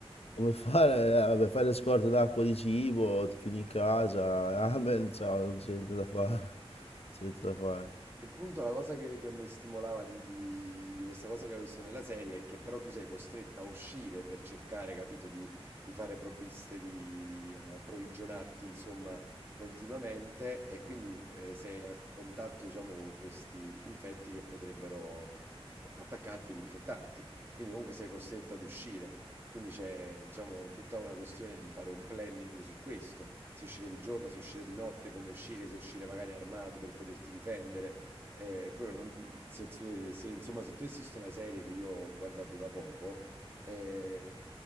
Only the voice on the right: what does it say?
Il punto, la cosa che, che mi stimolava di, di- di questa cosa che ho visto nella serie è che però tu sei costretta a uscire per cercare, capito, di, di fare provviste, di, di, eh, approvvigionarti, insomma, continuamente e quindi eh, sei a contatto, diciamo, con questi infetti che potrebbero eh, attaccarti ed infettarti. Quindi comunque sei costretta ad uscire. Quindi c'è, diciamo, tutta una questione di fare un planning su questo, se uscire di giorno, se uscire di notte, come uscire, se uscire magari armato per poterti difendere. Eh, quello non- se, se- se, insomma, se tu assisti alla serie che io ho guardato da poco, eh,